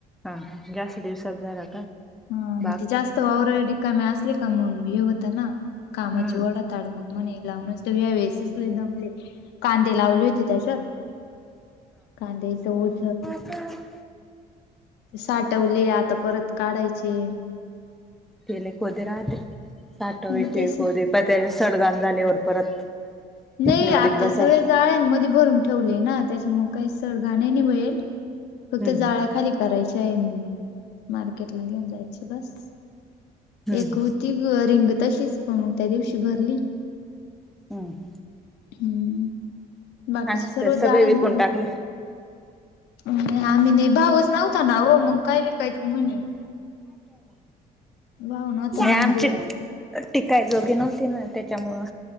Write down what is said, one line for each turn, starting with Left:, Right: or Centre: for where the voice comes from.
Centre: हां हां. जास्त दिवसात झाला का
Left: हा मग
Centre: बाग?
Left: ते जास्त वावर रिकामे असले का? मग हे होत ना कामाची
Centre: हम्म
Left: ओढत? ताड मग म्हणे, लावूनच देवूया् यावेळेसच लई दमलेत. कांदे लावले होते त्याच्यात, कांद्याच ओझ
Centre: हां.
Left: साठवले, आता परत काढायचे.
Centre: केले कोदे राहते, साठवायचे
Left: मग तेच
Centre: कोदे
Left: ना
Centre: पाय त्याचे सडगाण झाल्यावर परत
Left: नाही
Centre: निवडीत
Left: आता
Centre: बसाय
Left: सगळेच जाळ्यांमध्ये भरून ठेवले ना, त्याच्यामुळे काही सडगाण ना नि मिळेल, फक्त
Centre: हम्म
Left: जाळ्या खाली करायच्या ये मार्केट ला घेऊन जायची बस.
Centre: हम्म
Left: एक होती ती रिंग तशीच, पण मग त्या दिवशी भरली.
Centre: हुं.
Left: हुं. बाकीचे
Centre: आणि
Left: सर्व
Centre: ते सगळे
Left: जाळ्यांमधे
Centre: विकून टाकले.
Left: नाही आम्ही नाही भावच नव्हता ना ओ, मग काय विकायचं म्हणे? भाव नव्हता
Centre: ह्या
Left: मग
Centre: आमचे टिकाय जोगे नव्हती ना त्याच्यामुळं.